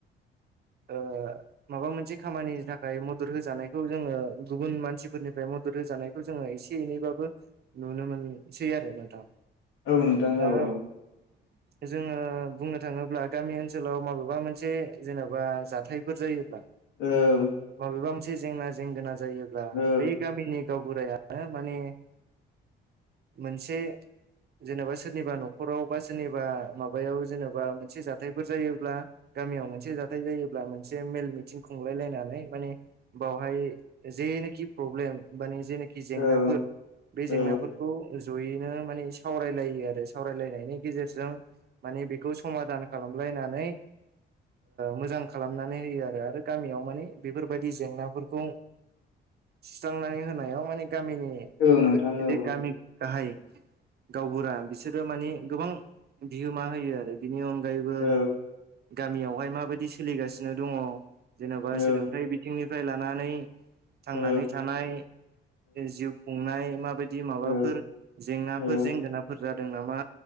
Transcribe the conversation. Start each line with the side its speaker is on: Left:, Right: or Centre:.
Right: ओ माबा मोनसे खामानिनि थाखाय मदद होजानाय खौ जोङो गुबुन मानसिफोरनिफ्राय मदद होजानायखौ जोङो एसे एनैबाबो नुनो मोनसै आरो नोंथां
Left: औ नोंथां
Right: दा
Left: औ औ।
Right: <inaudible> जोङो बुंनो थाङोब्ला गामि ओनसोलाव माबेबा मोनसे जेनेबा जाथायफोर जायोब्ला
Left: ओऔ
Right: माबेबा मोनसे जेंना जेंगोना जायोब्ला
Left: औ
Right: बे गामिनि गावबुराय माने मोनसे जेनेबा सोरनिबा न'खराव बा सोरनिबा माबायाव जेनेबा मोनसे जाथायफोर जायोब्ला गामियाव मोनसे जाथाय जायोब्ला मोनसे मेल मिथिं खुंलाय लायनानै माने बावहाय जेनोखि प्रब्लेम माने जेनोखि जेंनाफोर
Left: औ
Right: बे
Left: औ
Right: जेंनाफोरखौ जयैनो माने सावरायलायो आरो सावरायलायनायनि गेजेरजों माने बेखौ समादान खालामलायनानै मोजां खालामनानै होयो आरो आरो गामियाव माने बेफोरबायदि जेंनाफोरखौ सुस्रांनानै होनायाव माने गामिनि
Left: औ नोंथां औ
Right: जे गामि गाहाय गावबुरा बिसोरो मानि गोबां बिहोमा होयो आरो। बिनि अनगायैबो
Left: औ
Right: गामियावहाय माबायदि सोलिगासिनो दङ। जेन'बा
Left: औ
Right: सोलोंथाइ बिथिंनिफ्राय लानानै थांनानै
Left: औ
Right: थानाय। जिउ खुंनाय माबायदि माबाफोर
Left: औ
Right: जेंनाफोर
Left: औ
Right: जेंगोनाफोर जादों नामा?